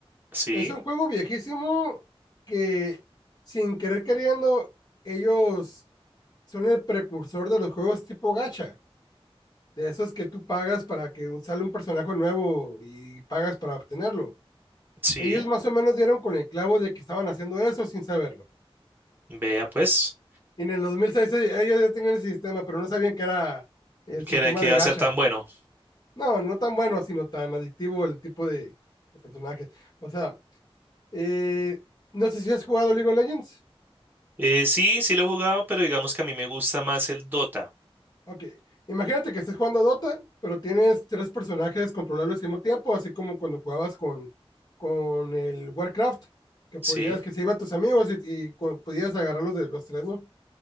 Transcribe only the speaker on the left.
Es un juego viejísimo que sin querer queriendo ellos son el precursor de los juegos tipo gacha de esos que tú pagas para que sale un personaje nuevo y pagas para obtenerlo.
Ellos más o menos dieron con el clavo de que estaban haciendo eso sin saberlo.
Y en el 2006 ellos ya tenían el sistema, pero no sabían que era el sistema
de
gacha.
No, no tan bueno, sino tan adictivo el tipo de, de personajes. O sea, eh, no sé si has jugado League of Legends.
Ok. Imagínate que estés jugando Dota, pero tienes tres personajes controlables al mismo tiempo, así como cuando jugabas con, con el Warcraft, que
podías, que se iban tus amigos y, y co- podías agarrarlos de los tres, ¿no?